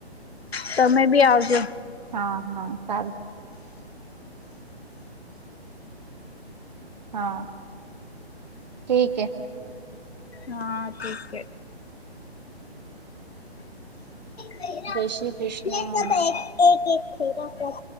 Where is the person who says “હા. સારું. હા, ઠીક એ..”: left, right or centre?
Right